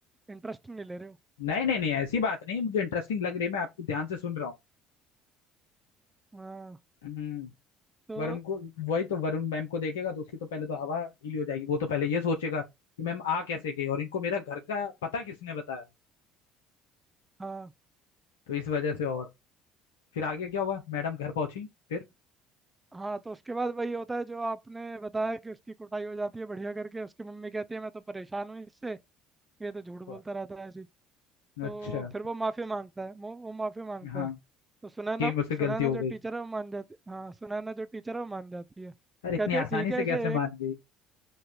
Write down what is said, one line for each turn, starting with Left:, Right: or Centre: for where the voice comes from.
Right: इंटरेस्ट नहीं ले रहे हो
Left: नहीं नहीं नहीं ऐसी बात नहीं मुझे इंटरेस्टिंग लग रही है मैं आपकी ध्यान से सुन रहा हूँ
Right: हाँ
Left: हम्म
Right: तो
Left: वरुण को वही तो वरुण मैम को देखेगा तो उसकी तो पहले तो हवा ढीली हो जाएगी वो तो पहले ये सोचेगा कि मैम आ कैसे गई और इनको मेरा घर का पता किसने बताया
Right: हाँ
Left: तो इस वजह से और फिर आगे क्या हुआ मैडम घर पहुंची फिर
Right: हाँ तो उसके बाद वही होता है जो आपने बताया कि उसकी कुटाई हो जाती है बढ़िया करके उसकी मम्मी कहती है मैं तो परेशान हूँ इससे ये तो झूठ बोलता
Left: हुआ।
Right: रहता है ऐसी तो
Left: अच्छा
Right: फिर वो माफी मांगता है वो वो माफी मांगता
Left: हाँ
Right: है तो सुनैना
Left: कि मुझसे गलती
Right: सुनैना
Left: हो
Right: जो
Left: गई
Right: टीचर है वो मान जाती हाँ सुनैना जो टीचर है वो मान जाती है
Left: अरे
Right: कहती
Left: इतनी
Right: है
Left: आसानी
Right: ठीक है
Left: से
Right: इसे
Left: कैसे
Right: एक
Left: मान गई